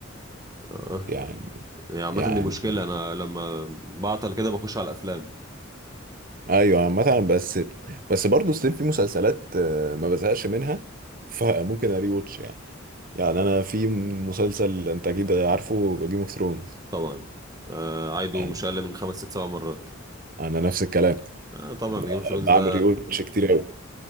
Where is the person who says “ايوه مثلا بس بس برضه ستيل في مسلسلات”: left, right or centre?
Right